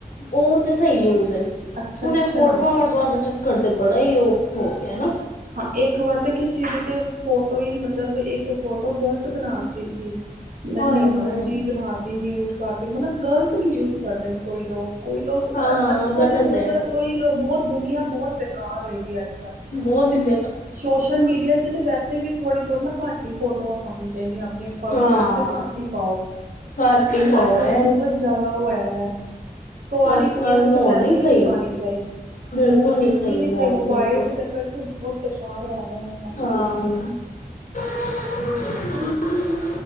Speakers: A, on the left; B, on the right.
A: ਉਹ ਤੇ ਸਹੀ ਯੂਜ ਐ,
B: ਅੱਛਾ
A: ਹੁਣ
B: ਅੱਛਾ
A: ਏ ਫੋਟਵਾ। ਉਹਨਾਂ ਦਾ ਚੱਕਰ ਤੇ ਬੜਾ ਹੀ ਉਹ, ਹੋ ਗਿਐ ਨਾ।
B: ਹਾਂ, ਇੱਕ ਵਾਰ ਤੇ ਕਿਸੇ ਦੀ ਤੇ ਫੋਟੋ ਹੀ ਮਤਲਬ ਇੱਕ ਫੋਟੋ ਗਲਤ ਬਣਾ। ਤੀਂ ਸੀ ਮਤਲ
A: ਹਾਏ
B: ਨਿਊੂਜ
A: ਹਾਏ
B: ਜੀ ਬਣਾਤੀ। ਮਿਊਟ ਕਰਤੀ ਮਤਲ ਗਲਤ ਯੂਜ਼ ਕਰਦੇ ਨੇ ਕੋਈ ਲੋਕ। ਕੋਈ ਲੋਕ
A: ਹਾਂ
B: ਅੱਛਾ,
A: ਗਲਤ
B: ਤੇ ਚਲੋ
A: ਹੈ
B: ਚਰ ਕੋਈ ਲੋਕ ਬਹੁਤ ਦੁਨੀਆਂ ਬਹੁਤ ਬੇਕਾਰ ਹੋਈ ਦੀ ਅੱਜ ਕੱਲ੍ਹ।
A: ਬੋਤ ਹੀ <unintelligible>
B: ਸੋਸ਼ਲ ਮੀਡੀਆ ਚ ਤੇ ਵੈਸੇ ਵੀ ਥੋੜ੍ਹੀ ਬੋਤ ਨਾ ਘੱਟ ਹੀ ਫੋਟੋਆਂ ਪਾਂਣੀ ਚਾਹੀਦੀਆਂ, ਆਪਣੇ ਪਰਸਨਲ
A: ਹਾਂ
B: ਤੇ ਘੱਟ ਈ ਪਾਓ,
A: ਘੱਟ ਹੀ ਪਾਓ
B: ਅੱਜ ਕੱਲ੍ਹ
A: ਹੈ
B: ਬਹੁਤ ਜਾਦਾ ਉਹ ਹੋਇਆਂ ਦੈ। ਕੁਵਾਰੀ
A: ਅੱਜ
B: ਕੁੜੀਆਂ
A: ਕੱਲ
B: ਨੂੰ
A: ਮਾਹੌਲ
B: ਤੇ ਵੈਸੇ
A: ਸਹੀ
B: ਈ ਨੀ ਪਾਂਣੀ ਚਾਹੀਦੀ।
A: ਬਿਲਕੁਲ
B: ਮਾਹੌਲ ਬਿੱਲਕੁਲ
A: ਨਹੀਂ ਸਹੀ
B: ਨੀ
A: ਮੋਲ
B: ਸਈ ਮੋਬਾਇਲ
A: ਬਿਲਕੁਲ
B: ਦੇ ਚੱਕਰ ਚ' ਬਹੁਤ ਬੇਕਾਰ ਹੋਇਆ ਦਾ ਕੰਮ
A: ਹਾਂ <unintelligible>